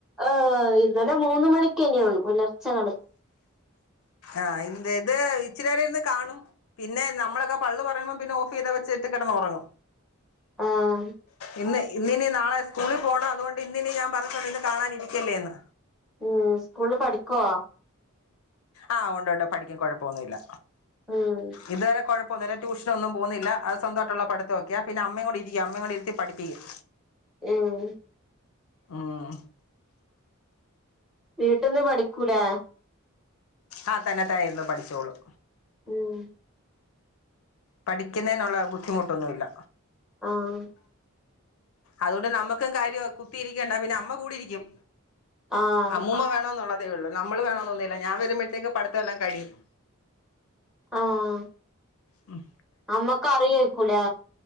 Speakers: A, in the centre; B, on the left (about 70°).
A: ഏഹ് ഇന്നലെ മൂന്നു മണിക്കന്നെയാണു പുലർച്ചെ കളി
B: ആഹ് ഇൻ്റെത് ഇച്ചിരേരിന്ന് കാണും പിന്നെ നമ്മളൊക്കെ പ ള്ളു പറയുമ്പ പിന്നെ ഓഫ് ചെയ്ത് വെച്ചിട്ട് കിടന്ന് ഉറങ്ങും
A: ആഹ്
B: ഇന്ന് ഇന്നിനി നാളെ സ്കൂളി പോണം അതുകൊണ്ട് ഇന്നിനി ഞാൻ പറഞ്ഞിട്ടൊണ്ട് ഇന്നിനി കാണാൻ ഇരിക്കല്ലേന്ന്
A: ഉം സ്കൂളില് പഠിക്കുവൊ
B: ആഹ് ഒണ്ടൊണ്ട് പഠിക്കും കൊഴപ്പൊന്നൂല്ല
A: ഉം
B: ഇതുവരെ കൊഴപ്പൊന്നൂല്ല ട്യൂഷനൊന്നും പോന്നില്ല അത് സ്വന്തമായിട്ടുള്ള പഠിത്തവൊക്കെയാ പിന്ന അമ്മയും കൂടെ ഇരിക്കും അമ്മയും കൂടെ ഇരുത്തി പഠിപ്പിക്കും
A: ഉം
B: ഉം
A: വീട്ടിന്ന് പഠിക്കൂലേ
B: ആഹ് തന്നെത്തായിരുന്നു പഠിച്ചോളും
A: ഉം
B: പഠിക്കുന്നേനുള്ള ബുദ്ധിമുട്ടൊന്നുല്ല
A: ആഹ്
B: അതുകൊണ്ട് നമ്മുക്കും കാര്യവാ കുത്തിയിരിക്കണ്ട പിന്നെ അമ്മ കൂടിരിക്കും
A: ആഹ്
B: അമ്മൂമ്മ വേണോന്നുള്ളതേ ഉള്ള് നമ്മള് വേണോന്നൊന്നൂല്ല ഞാൻ വരുമ്പോഴത്തേക്ക് പഠിത്തെല്ലാം കഴിയും
A: ആഹ്
B: ഉം
A: അമ്മക്കറിയായ്ക്കൂലെ